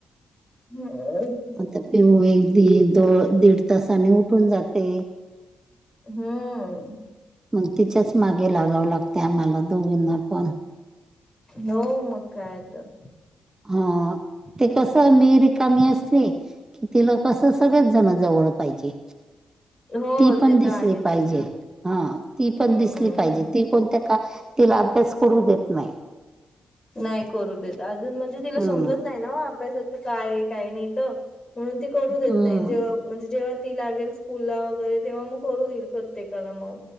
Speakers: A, on the left; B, on the right.
A: ह
B: आता पिऊ एक दी दो दीड तासाने उठून जाते
A: हम्म
B: मग तिच्याच मागे लागाव लागते आम्हाला दोघींना पण
A: हो मग कायतरं
B: हा ते कस मिही रिकामी असते तिला कसं सगळेच जणं जवळ पाहिजे
A: हो
B: ती पण
A: ते
B: दिसली
A: तर आहेच
B: पाहिजे हा ती पण
A: हम्म
B: दिसली पाहिजे ती कोणत्या का तिला अभ्यास करू देत नाही
A: नाही करू देत अजून म्हणजे तिला
B: हम्म
A: समजत नाही ना अभ्यासाच काय काही नाही तर म्हणून ती करू देत
B: हम्म
A: नाही जेव्हा म्हणजे जेव्हा ती लागेल स्कूल ला वगैरे तेव्हा मग करू देईल प्रत्येकाला मग